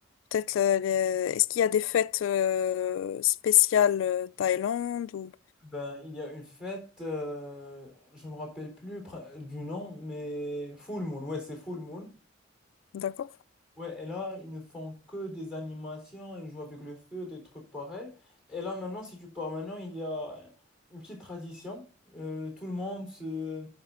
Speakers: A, on the left; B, in the centre.
A: peut-être euh, les- est-ce qu'il y a des fêtes euh, spéciales euh, Thaïlande ou...
B: ben, il y a une fête, euh, je me rappelle plus pr- du nom, mais Full Moon, ouais, c'est Full Moon.
A: D'accord.
B: Ouais, et là, ils ne font que des animations, ils jouent avec le feu, des trucs pareils. Et là, maintenant, si tu pars maintenant, il y a une petite tradition. Euh, tout le monde se,